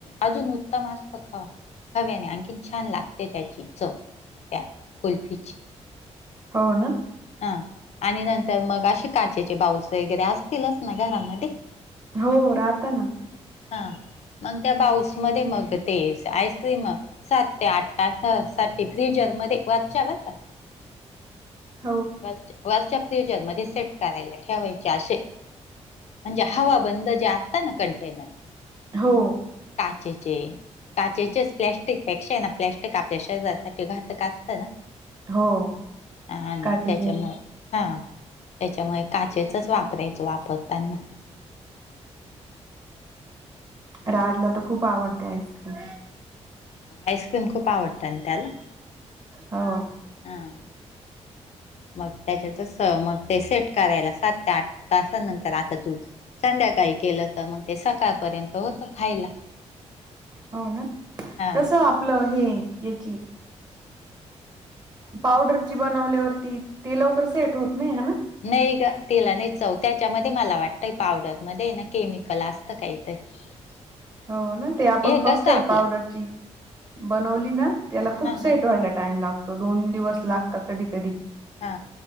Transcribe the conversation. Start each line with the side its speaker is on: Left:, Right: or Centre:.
Left: अजून उत्तम असत खवा खव्याने आणखीन छान लागते त्याची चव त्या कुल्फीची
Right: हो ना
Left: हा आणि नंतर मग असे काचेचे बाउस वगैरे असतीलच ना घरामध्ये
Right: हो राहताना
Left: हा मग त्या बाऊस मध्ये मग ते आईस्क्रीम सात ते आठठ साठी फ्रिजर मध्ये वाचच्यावता
Right: हो
Left: वर वरच्या फ्रिजर मध्ये सेट करायला ठेवायचे असे म्हणजे हवा बंद जे असतात ना कंटेनर
Right: हो
Left: काचेचे काचेचेच प्लॅस्टिक पेक्षा ना प्लॅस्टिक आपल्या शरीरासाठी घातक असतं ना <inaudible>
Right: हो
Left: हा
Right: काजीचे
Left: त्याच्यामुळे काचेचच वापरायचं वापरताना
Right: राजला तर खूप आवडते आईस्क्रीम
Left: आईस्क्रीम खूप आवडतं आणि त्याला
Right: हा
Left: हा मग त्याच्यात मग ते सेट करायला सात ते आठ तासानंतर आता तू संध्याकाळी केलं तर मग ते सकाळपर्यंत होत खाला
Right: हो ना
Left: हा
Right: तस आपलं हे याची पावडरची बनवल्यावरती ते लवकर सेट होत नाही ह ना
Left: नाही ग तिला नाही जाऊ त्याच्यामध्ये मला वाटतंय पावडरमध्येध्ये ना केमिकल असतं काहीतरी <inaudible>
Right: हो ना ते आपण
Left: हे कसं
Right: कस्टर्ड
Left: आपलं
Right: पावडरची बनवली ना त्याला खूप
Left: हा हा
Right: सेट व्हायला टाइम लागतो दोन दिवस लागतात कधी कधी.
Left: हा